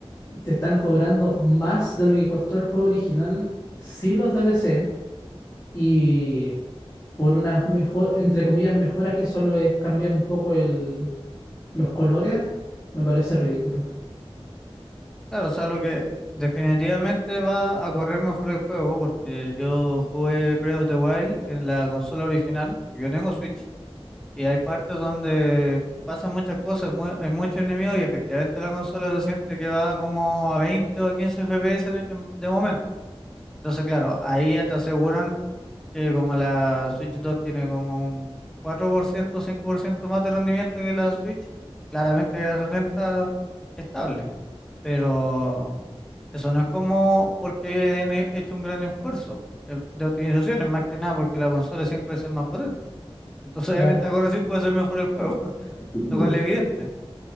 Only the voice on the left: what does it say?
te están cobrando más de lo que costó el juego original, sí los DLC, y por unas mejor, entre comillas, mejoras que solo es cambiar un poco el, los colores, me parece ridículo.
Claro.
<clears throat>
Mm.